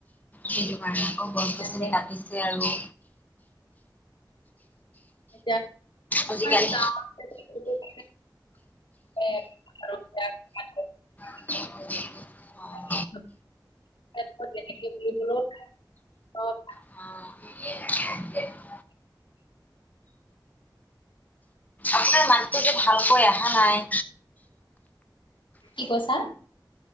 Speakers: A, on the left; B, on the left.
A: সেইটো কাৰণে আকৌ গছ-গছনি
B: তাকে
A: কাটিছে আৰু
B: তিয়া
A: আজিকালি
B: আমাৰ <unintelligible> <unintelligible>
A: <unintelligible>
B: <unintelligible>
A: অ
B: অ
A: অ <unintelligible> আপোনাৰ মাতটো যে ভালকৈ আহা নাই
B: কি কৈছা